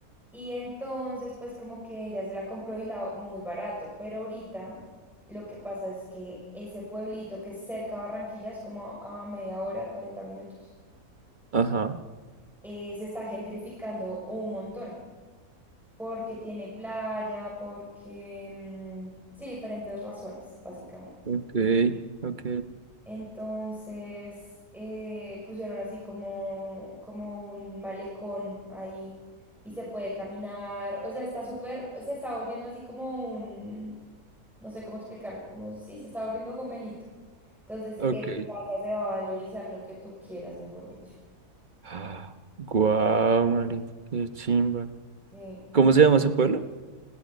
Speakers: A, in the centre; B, on the right.
A: Y entonces, pues como que ella se la compró y la muy barato, pero ahorita lo que pasa es que ese pueblito que es cerca a Barranquilla, es como a media hora, 40 minutos,
B: Ajá.
A: eh, se está gentrificando un montón, porque tiene playa, porque, mm, sí, diferentes razones, básicamente.
B: Ok, ok,
A: Entonces eh, pusieron así como, como un malecón ahí y se puede caminar. O sea, está súper, se está volviendo así como un, no sé cómo explicarlo, como sí, se está volviendo gomelito. Entonces,
B: ok.
A: esa casa se va a valorizar lo que tú quieras, mejor dicho.
B: Ah, Guau, marica, qué chimba.
A: Sí,
B: ¿Cómo
A: en-
B: se llama ese pueblo?